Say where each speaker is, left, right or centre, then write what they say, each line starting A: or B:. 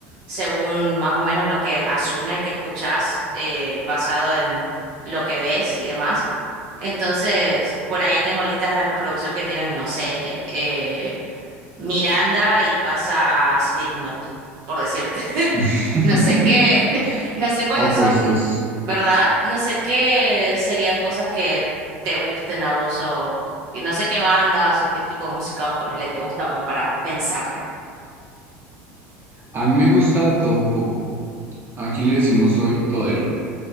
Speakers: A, on the right (about 55°); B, on the right (about 30°).
A: según más o menos lo que asume que escuchás eh, basado en lo que ves y demás? Entonces, por ahí tengo listas de reproducción que tienen, no sé, eh, Miranda y pasa Slipknot, por decirte. <laughs>
B: <laughs>
A: No sé qué, <laughs> no sé cuáles
B: Opuestos.
A: son, ¿verdad? No sé qué serían cosas que te gusten a vos o y no sé qué bandas o qué tipo de música ponele te gusta como para pensarle.
B: A mí me gusta de todo un poco. Aquí le decimos soy todero.